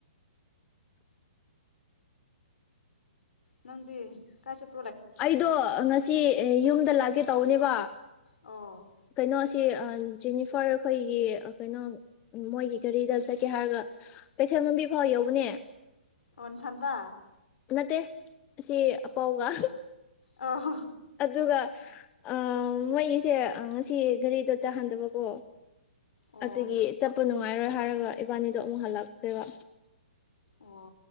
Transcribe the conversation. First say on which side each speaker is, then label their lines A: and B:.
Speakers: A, on the left (about 75°); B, on the left (about 20°).
A: ꯅꯪꯗꯤ ꯀꯥꯏꯆꯠ
B: ꯑꯩꯗꯣ ꯉꯁꯤ ꯌꯨꯝꯗ ꯂꯥꯛꯀꯦ ꯇꯧꯕꯅꯦꯕ
A: ꯑꯣ
B: ꯀꯩꯅꯣꯁ ꯁꯤ ꯖꯦꯅꯤꯐꯔ ꯑꯈꯣꯏꯒꯤ ꯀꯩꯅꯣ ꯃꯣꯏꯒꯤ ꯒꯥꯔꯤꯗ ꯆꯠꯀꯦ ꯍꯥꯏꯔꯒ ꯀꯩꯊꯦꯜꯃꯥꯟꯕꯤ ꯐꯥꯎ ꯌꯧꯕꯅꯦ
A: ꯑꯣꯟꯊꯟꯗ
B: ꯅꯠꯇꯦ ꯑꯁꯤ ꯑꯄꯥꯎꯒ
A: ꯑꯣ
B: ꯑꯗꯨꯒꯥ ꯑ ꯃꯣꯏꯁꯦ ꯉꯁꯤ ꯒꯔꯤꯗꯣ ꯆꯥꯍꯟꯗꯕꯀꯣ
A: ꯑꯣ
B: ꯑꯗꯨꯒꯤ ꯆꯠꯄ ꯅꯨꯡꯉꯥꯏꯔꯣꯏ ꯍꯥꯏꯔꯒ ꯏꯕꯥꯅꯤꯗꯣ ꯑꯃꯨꯛ ꯍꯜꯂꯛꯈ꯭ꯔꯤꯕ
A: ꯑꯣ